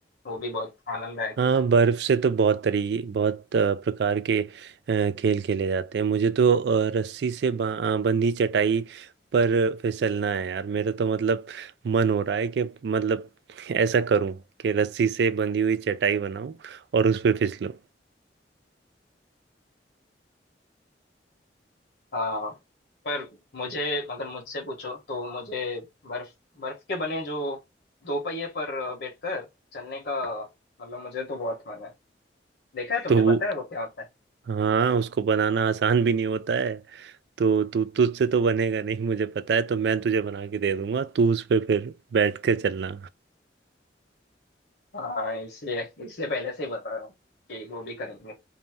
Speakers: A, on the left; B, on the right.
A: वो भी बहुत आनंददायक
B: हाँ
A: होता है
B: बर्फ से तो बहुत तरीके बहुत अ, प्रकार के अ, खेल खेले जाते हैं मुझे तो अ, रस्सी से बा- अ, बंधी चटाई पर फिसलना है यार मेरा तो मतलब मन हो रहा है कि मतलब ऐसा करूं कि रस्सी से बंधी हुई चटाई बनाऊं और उस पे फिसलूं
A: हाँ पर मुझे अगर मुझसे पूछो तो मुझे बर्फ बर्फ के बने जो दो पहिए पर बैठकर चलने का मतलब मुझे तो बहुत मन है देखा है तुमने
B: तो वो
A: पता है वो क्या होता है
B: हाँ उसको बनाना आसान भी नहीं होता है तो तू तुझसे तो बनेगा नहीं मुझे पता है तो मैं तुझे बना के दे दूंगा तू उस पे फिर बैठ कर चलना
A: हाँ इसलिए इसलिए पहले से ही बता रहा हूँ कि वो भी करेंगे